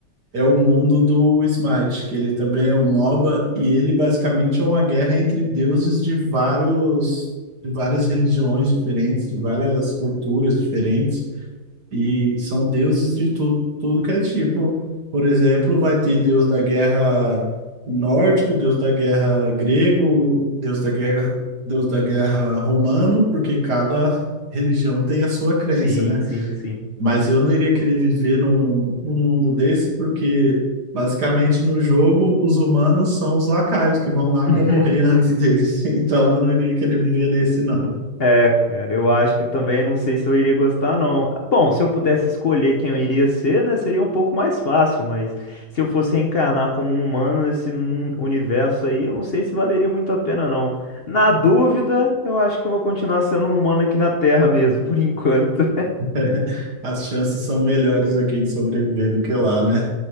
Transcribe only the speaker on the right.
é o mundo do Smite, que ele também é um MOBA, e ele basicamente é uma guerra entre deuses de vários, de várias religiões diferentes, de várias culturas diferentes. E são deuses de tudo, tudo que é tipo. Por exemplo, vai ter deus da guerra nórdico, deus da guerra grego, deus da guerra, deus da guerra romano, porque cada religião tem a sua crença,
né?
Mas eu não iria querer viver num, num mundo desse, porque basicamente no jogo os humanos são os lacaios que vão lá
para morrer antes deles. <laughs> Então eu não iria querer viver nesse, não.
<laughs> As chances são melhores aqui de sobreviver do que lá, né?